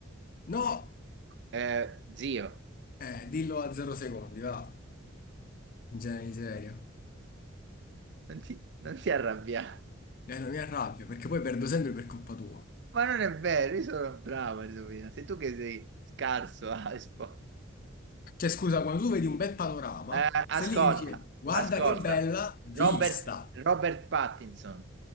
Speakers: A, on the left; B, on the right.
A: No!
B: Eh, zio,
A: Eh, dillo a zero secondi, va. Genere di serio.
B: non ti, non ti arrabbiare.
A: Eh, non mi arrabbio, perché poi perdo sempre per colpa tua.
B: Ma non è vero, io sono bravo a indovinare. Sei tu che sei scarso <laughs> a, espo-
A: Cioè, scusa, quando tu vedi un bel panorama,
B: Eh, ascolta,
A: stai lì che dici, guarda
B: ascolta.
A: che bella vista,
B: Robert, Robert Pattinson.